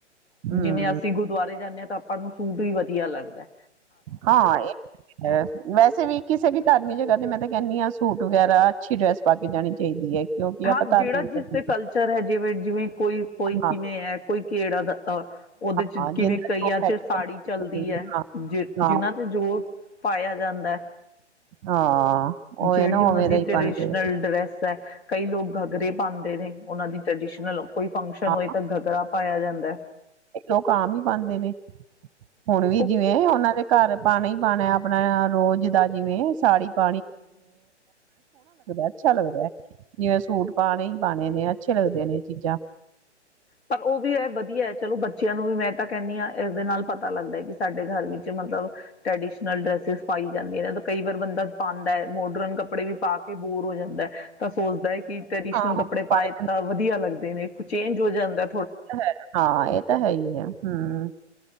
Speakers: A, on the right (about 30°); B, on the left (about 60°).
A: ਹਮ
B: ਜਿਵੇਂ ਅਸੀਂ ਗੁਰਦੁਆਰੇ ਜਾਂਨੇ ਹਾਂ ਤਾਂ ਆਪਾਂ ਨੂੰ ਸੂਟ ਵੀ ਵਧੀਆ ਲੱਗਦਾ ਹੈ।
A: ਹਾਂ ਇਹ ਵੈਸੇ ਵੀ ਕਿਸੇ ਵੀ ਧਾਰਮਿਕ ਜਗ੍ਹਾ ਤੇ, ਮੈਂ ਤੇ ਕਹਿੰਦੀ ਹਾਂ, ਸੂਟ ਵਗੈਰਾ ਅੱਛੀ ਡਰੈਸ ਪਾ ਕੇ ਜਾਣੀ ਚਾਹੀਦੀ ਹੈ। ਕਿਉਂਕਿ ਆਪਾਂ
B: ਹਾਂ
A: ਧਾਰਮਿਕ
B: ਜਿਹੜਾ ਜਿਸਦੇ ਕਲਚਰ ਹੈ। ਜਿਵੇਂ ਜਿਵੇਂ ਕੋਈ ਕੋਈ
A: ਹਾਂ
B: ਕਿਵੇਂ ਹੈ, ਕੋਈ ਕਿਹੜਾ-ਦ-ਆ ਉਹਦੇ ਚ
A: ਹਾਂ
B: ਕਿਵੇਂ
A: ਜਿੰਨਾ
B: ਕਈਆਂ
A: ਜੋ
B: ਚ
A: ਹੈਗਾ
B: ਸਾੜੀ ਚੱਲਦੀ ਹੈ,
A: ਹਾਂ
B: ਜ-ਜਿਹਨਾਂ
A: ਹਾਂ
B: ਤੇ ਜੋ ਪਾਇਆ ਜਾਂਦਾ ਹੈ।
A: ਹਾਂ ਉਹ
B: ਜਿਹੜੀ
A: ਨਾ
B: ਉਹਨਾਂ
A: ਉਵੇਂ
B: ਦੀ
A: ਦਾ ਹੀ
B: ਟ੍ਰਡੀਸ਼ਨਲ
A: ਪਾਉਣਾ ਚਾਹੀਦਾ
B: ਡਰੈਸ ਹੈ। <inaudible> ਕਈ ਲੋਕ ਘੱਗਰੇ ਪਾਉਂਦੇ ਨੇ। ਉਹਨਾਂ ਦੀ ਟਰੈਡੀਸ਼ਨਲ, ਕੋਈ ਫੰਕਸ਼ਨ
A: ਹਾਂ
B: ਹੋਏ ਤਾਂ ਘਗਰਾ ਪਾਇਆ ਜਾਂਦਾ ਹੈ।
A: ਲੋਕ ਆਮ ਹੀ ਪਾਉਦੇ ਨੇ। ਹੁਣ ਵੀ
B: ਉਹ ਹਮ
A: ਜਿਵੇਂ ਉਹਨਾਂ ਦੇ ਘਰ ਪਾਣੇ ੲੀ ਪਾਣਾ ਹੈ ਆਪਣਾ ਹ, ਰੋਜ਼ ਦਾ ਜਿਵੇਂ ਸਾੜੀ <inaudible> ਅੱਛਾ ਲੱਗਦਾ ਹੈ। ਜਿਵੇਂ ਸੂਟ ਪਾਣੇ ਹੀ ਪਾਉਣੇ ਨੇ, ਅੱਛੇ ਲੱਗਦੇ ਨੇ ਇਹ ਚੀਜ਼ਾਂ।
B: ਪਰ ਉਹ ਵੀ ਹੈ ਵਧੀਆ ਹੈ, ਚਲੋ ਬੱਚਿਆਂ ਨੂੰ ਵੀ ਮੈਂ ਤਾਂ ਕਹਿਂਨੀ ਹਾਂ, ਇਸਦੇ ਨਾਲ ਪਤਾ ਲੱਗਦਾ ਹੈ ਕਿ ਸਾਡੇ ਘਰ ਵਿੱਚ ਮਤਲਬ ਟ੍ਰੈਡੀਸ਼ਨਲ ਡਰੈਸਿਸ ਪਾਈ ਜਾਂਦੀਆਂ ਨੇ ਤੇ ਕਈ ਵਾਰ ਬੰਦਾ ਪਾਉਂਦਾ ਹੈ। ਮੋਡਰਨ ਕੱਪੜੇ ਵੀ ਪਾ ਕੇ ਬੋਰ ਹੋ ਜਾਂਦਾ ਹੈ। ਤਾਂ ਸੋਚਦਾ ਹੈ ਕਿ, ਟਰੈਡੀਸ਼ਨਲ
A: ਹਾਂ
B: ਕੱਪੜੇ ਪਾਏ ਤਾਂ ਵਧੀਆ ਲੱਗਦੇ ਨੇ। ਕੁਛ ਚੇਂਜ ਹੋ ਜਾਂਦੈ
A: ਹੈ, ਹਾਂ ਇਹ ਤਾਂ ਹੈ ਹੀ ਹੈ। ਹਮਮ। ਹਮਮ।